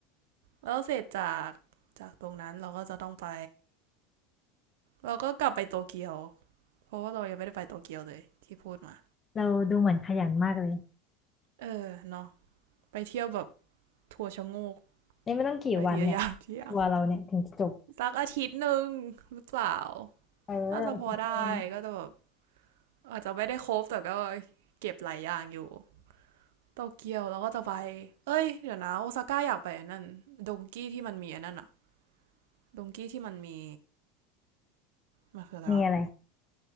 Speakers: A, on the right; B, on the left.
A: แล้วเสร็จจากจากตรงนั้นเราก็จะต้องไปเราก็กลับไปโตเกียวเพราะว่าเรายังไม่ได้ไปโตเกียวเลยที่พูดมา
B: เราดูเหมือนขยันมากเลย
A: เออเนาะไปเที่ยวแบบทัวร์ชะโงก
B: นี่ไม่ต้องกี่วันเนี่ยทัวร์เราเนี่ยถึงจะจบ
A: ไปทีละอย่างทีละอย่างสักอาทิตย์หนึ่งหรือเปล่า
B: เอออาทิตย์หนึง
A: น่าจะพอได้ก็จะแบบอาจจะไม่ได้ครบแต่ก็เก็บหลายอย่างอยู่ โตเกียวแล้วก็จะไป เอ้ยเดี๋ยวนะโอซาก้าอยากไปอันนั่นดงกี้ที่มันมีอันนั้นอะดงกี้ที่มันมีมันคืออะไรวะ
B: มีอะไร